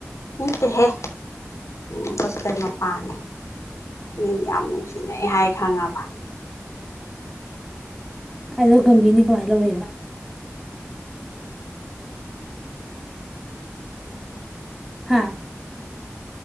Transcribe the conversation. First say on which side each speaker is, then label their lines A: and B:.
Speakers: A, on the left; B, in the centre.
A: ꯎꯠꯇꯦ ꯍꯦ ꯎ ꯄꯁ ꯃꯄꯅꯦ ꯅ ꯌꯥꯝ ꯅꯨꯡꯁꯤꯅꯩ ꯍꯥꯏ ꯈꯪꯉꯕ
B: ꯑꯗꯣ ꯒꯝꯚꯤꯅꯤꯒꯥꯏ ꯂꯧꯋꯕ ꯍꯥꯥ